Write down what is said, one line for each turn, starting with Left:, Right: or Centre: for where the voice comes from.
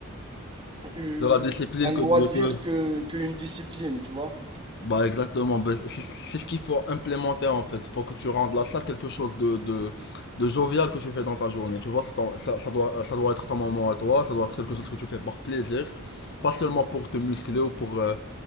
Right: eu-
Left: de la discipline
Right: un loisir
Left: que, de- que...
Right: que, qu'une discipline, tu vois.
Left: Bah exactement, bah, c'est c'est ce qu'il faut implémenter en fait. Faut que tu rendes la salle quelque chose de, de, de jovial que tu fais dans ta journée. Tu vois, c'est ton- ça, ça doit, ça doit être ton moment à toi, ça doit être quelque chose que tu fais par plaisir, pas seulement pour te muscler ou pour, euh,